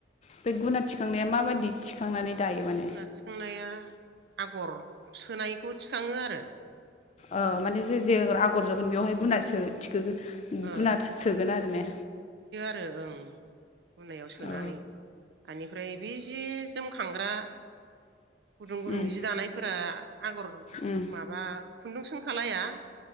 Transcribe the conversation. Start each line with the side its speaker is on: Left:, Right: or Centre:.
Left: बे गुना थिखांनाया माबायदि थिखांनानै दायो माने
Right: गुना थिखांनाया आगर सोनायखौ थिखाङो आरो
Left: औ माने जे जे आगर जगोन बेवहाय गुनासो थि
Right: ओ
Left: गुना सोगोन आरो ने
Right: ओ ओं गुनायाव सोनानै
Left: औ
Right: बेनिफ्राय बे जि जोमखांग्रा गुदुं गुदुं
Left: उम
Right: जि दानायफोरा आगर
Left: उम
Right: माबा खुन्दुं सोंखा लाया